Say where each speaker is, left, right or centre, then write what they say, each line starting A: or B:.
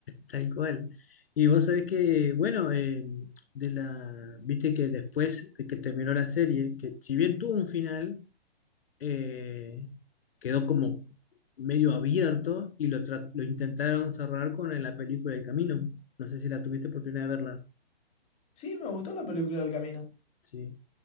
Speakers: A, on the left; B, on the left.
A: tal cual. Y vos sabés que, bueno, eh, de la, viste que después de que terminó la serie, que si bien tuvo un final, eh, quedó como medio abierto y lo, tra- lo intentaron cerrar con la película El Camino. No sé si la tuviste oportunidad de verla.
B: <laughs> sí, me gustó la película del camino.
A: Sí,